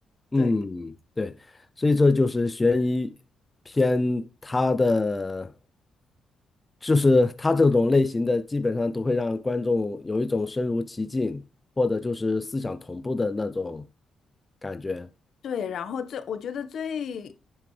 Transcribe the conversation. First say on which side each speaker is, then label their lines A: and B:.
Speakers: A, on the left; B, on the left.
A: 嗯，
B: 对。
A: 对，所以这就是悬疑片，它的就是它这种类型的，基本上都会让观众有一种身如其境，或者就是思想同步的那种感觉。
B: 对，然后最我觉得最